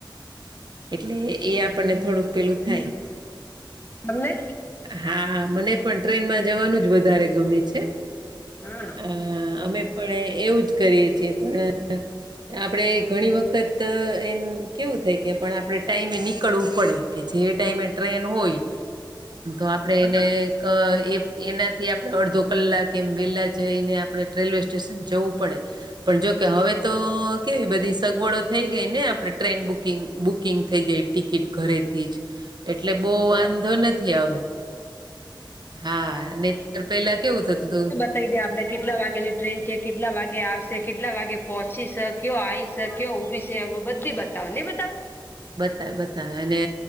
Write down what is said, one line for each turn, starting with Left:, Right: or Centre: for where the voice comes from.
Right: હ <inaudible> એટલે એ આપણને થોડુંક પેલું થાય.
Left: તમને
Right: હા મને પણ ટ્રેનમાં જવાનું જ વધારે ગમે છે.
Left: હા
Right: અ અમે પણ એવું જ કરીએ છીએ પણ આપણેે ઘણી વખત એન કેવું થાય કે પણ આપડણે ટાઈમે નીકળવું પડે કે જે ટાઈમે ટ્રેન હોય તો આપડે એને અ એ એનાથી આપણે અડધો કલાક એમ વેલા જઈને આપણે રેલ્વે સ્ટેશન જવું પડે પણ જોકે હવે તો કેવી બધી સગવડો થઈ ગઈ ને આપણે ટ્રેન બુકિંગ બુકિંગ થઈ જાય ટિકિટ ઘરેથી જ એટલે બહ વાંધો નથી આવ્યો. હા નનેત પેલા કેવું થતું હતું.
Left: કહી દે આપણે કેટલા વાગ્યાની ટ્રેન છે કેટલા વાગે આવશે કેટલા વાગે પહોંચી શક કયો આય છે કયો ઉઊભી છે એ બધી બતાવો ને બતાવ
Right: બતાવે બતાવે અને